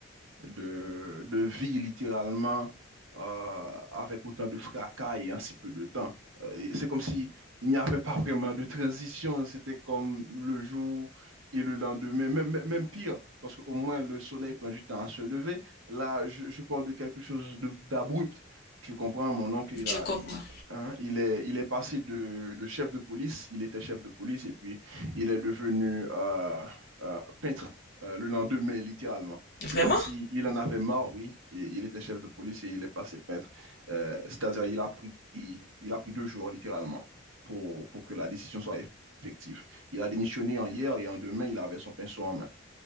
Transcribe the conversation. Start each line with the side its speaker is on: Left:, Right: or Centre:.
Right: de, de vie littéralement euh, avec autant de fracas et en si peu de temps. Euh, et c'est comme si il n'y avait pas vraiment de transition, c'était comme le jour et le lendemain, même, même- même pire, parce qu'au moins le soleil prend du temps à se lever. Là, je, je parle de quelque chose de- d'abrupt. Tu comprends, mon oncle, il
Left: Je
Right: a,
Left: comprends.
Right: il, hein, il est, il est passé de, de chef de police, il était chef de police, et puis il est devenu euh, euh, peintre euh, le lendemain, littéralement.
Left: Vraiment?
Right: C'est comme s'il il en avait marre, oui. Et il était chef de police et il est passé peintre. Euh, c'est-à-dire, il a pris, il, il a pris deux jours, littéralement, pour, pour que la décision soit effective. Il a démissionné en hier et en demain, il avait son pinceau en main.